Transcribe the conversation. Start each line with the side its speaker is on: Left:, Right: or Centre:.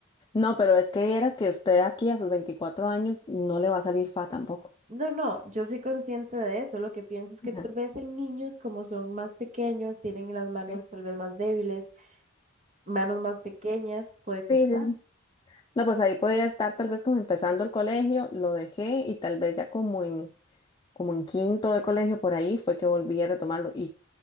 Left: No, pero es que vieras que usted aquí a sus 24 años no le va a salir fa tampoco.
Right: No, no, yo soy consciente de eso. Lo que pienso es que
Left: Ajá.
Right: tal vez hay niños como son más pequeños, tienen las manos
Left: Sí.
Right: tal vez más débiles manos más pequeñas puede costar.
Left: Sí, sí, sí. No, pues ahí podía estar tal vez como empezando el colegio, lo dejé y tal vez ya como en como en quinto de colegio, por ahí fue que volví a retomarlo y